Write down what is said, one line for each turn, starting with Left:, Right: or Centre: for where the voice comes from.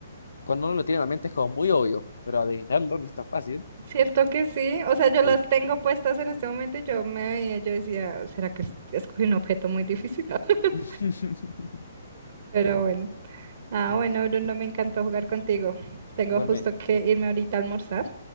Left: cuando uno lo tiene en la mente es como muy obvio, pero adivinarlo no es tan fácil.
Right: Cierto que sí, o sea, yo
Left: Sí.
Right: las tengo puestas en este momento y yo me veía, yo decía, ¿será que es- escogí un objeto muy difícil? <laughs>
Left: <laughs>
Right: Pero bueno. Ah,
Left: Bueno,
Right: bueno, Bruno, me encantó jugar contigo. Tengo
Left: igualmente.
Right: justo que irme ahorita a almorzar.